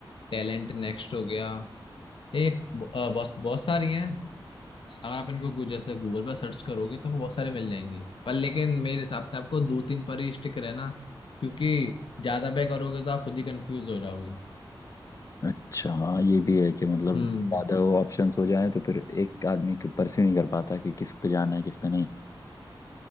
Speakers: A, on the left; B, on the left.
A: टैलेंट नेक्स्ट हो गया एक ब- आ, बहुत बहुत सारी हैं अगर आप इनको गू- जैसे गूगल पर सर्च करोगे तो बहुत सारे मिल जाएंगे पर लेकिन मेरे हिसाब से आपको दो तीन पर ही स्टिक रहना क्योंकि ज्यादा पे करोगे तो आप खुद ही कंफ्यूज हो जाओगे
B: अच्छा हाँ ये भी है कि मतलब
A: हम्म
B: ज़्यादा वो ऑप्शंस हो जाए तो फिर एक आदमी परस्यू नहीं कर पाता कि किस पे जाना है किस पे नहीं